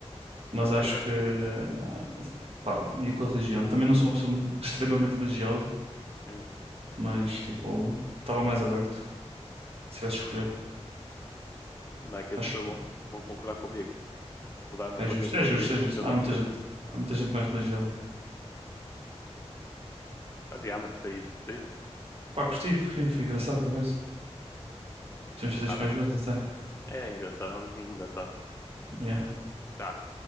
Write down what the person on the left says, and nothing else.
Ok,
faz
sentido, mano.
Hum.
Não é que as
pessoas
vão, vão concordar comigo. Mudar o meu
partido
político
70%.
Mas, yeah, mano, foi isso, curtiste?
Tá
bem,
mano.
É engraçado, é um joguinho engraçado.
Tá.